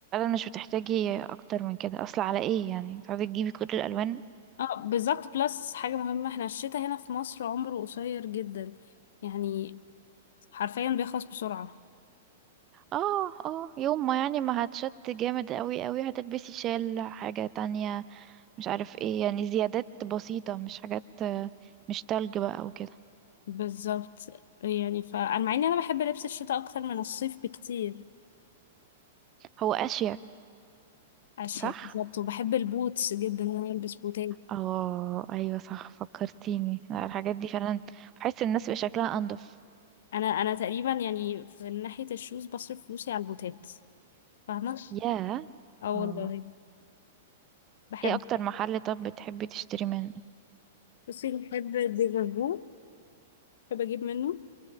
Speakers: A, on the right; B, on the left.
A: مش بتحتاجي اكتر من كده اصل على ايه يعني تقعدي تجيبي كل الالوان
B: اه بالظبط بلس حاجة مهمة احنا الشتاء هنا في مصر عمره قصير جدا يعني حرفيا بيخلص بسرعة
A: اه اه يوم ما يعني ما هتشت جامد قوي قوي هتلبسي شال حاجة تانية مش عارف ايه يعني زيادات بسيطة مش حاجات آه، مش تلج بقى وكده
B: بالظبط يعني فأنا مع إني أنا بحب لبس الشتاء أكتر من الصيف بكتير
A: هو اشيك
B: أشياء
A: صح
B: بالظبط وبحب البوتس جدا إن أنا ألبس بوتات
A: اه ايوه صح فكرتيني لا، الحاجات دي فعلا بحس الناس بيبقى شكلها انضف
B: أنا أنا تقريبا يعني في ناحية الشوز بصرف فلوسي على البوتات فاهمة؟
A: ياه
B: اه
A: اه
B: والله بحب
A: ايه اكتر محل طب بتحبي تشتري منه
B: بصي بحب ديفرفو بحب أجيب منه